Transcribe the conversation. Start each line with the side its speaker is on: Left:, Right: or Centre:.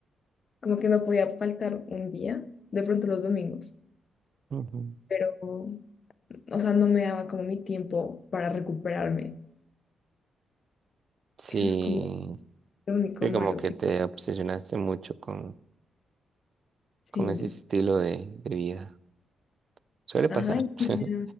Left: como que no podía faltar un día, de pronto los domingos,
Right: Ujú.
Left: pero, o sea, no me daba como mi tiempo para recuperarme.
Right: Sí,
Left: Eso es como lo único
Right: sí,
Left: malo
Right: como que
Left: que
Right: te obsesionaste mucho con,
Left: sí.
Right: con ese estilo de, de vida. Suele
Left: Ajá,
Right: pasar.
Left: y
Right: <laughs>
Left: pues ya,